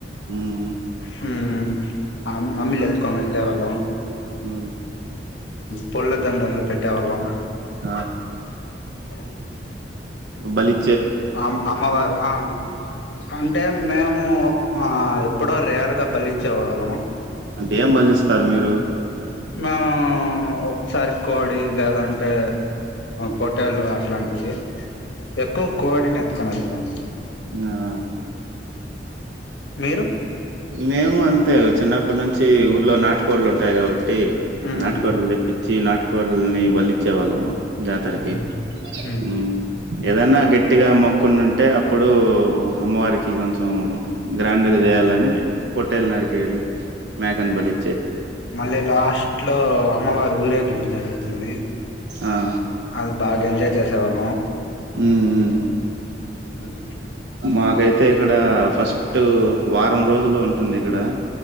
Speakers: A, on the right; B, on the left.
A: హ్మ్.
B: హుమ్ <inaudible> అం అమి లేతుకుం ఉండలేవా లం
A: ఉ
B: పూల దండ అల్ పెట్టేవాళ్ళం
A: ఆ!
B: ఊ
A: బలి
B: అమ్ అమ్మవారు ఆ అంటే మేము ఆ ఎప్పుడో రేర్గా బలిచ్చే వాళ్ళం
A: అంటే ఏం బలిస్తారు మీరు
B: మేము ఒకసారి కోడి లేదంటే పొటేల్లు అట్లాంటివి ఎక్కువ కోడిని ఎత్తుకున్న నేను తము
A: నాన
B: మీరు
A: మేము అంతే చిన్నప్పటి నుంచి ఊర్లో నాటు కోళ్లు ఉంటాయి కాబట్టి
B: ఉమ్
A: నాటకాలుఉండే పిచ్చి నాటకా వాల్ల్ ని బలిచ్చే వాళ్ళం జాతరకి
B: ఉమ్ ఉమ్
A: ఉహు ఏదైనా గట్టిగా మొక్కున్ ఉంటే అప్ ఇప్పుడు అమ్మవారికి కొంచెం కొంచం గ్రాండ్గా
B: ఉమ్
A: చేయాలని పొట్టేల్ నరికేేది మేకన్ బలి
B: మళ్ళీ లాస్ట్ లో అమ్మవారు ఊరేగింప్ జరుగుతుంది
A: ఆ!
B: అగ్ బాగా ఎంజాయ్ చేసేవాళ్ళం
A: హ్మ్. హ్మ్.
B: అవు
A: మాకైతే ఇక్కడ ఫస్ట్ వారం రోజులు ఉంటుంది ఇక్కడ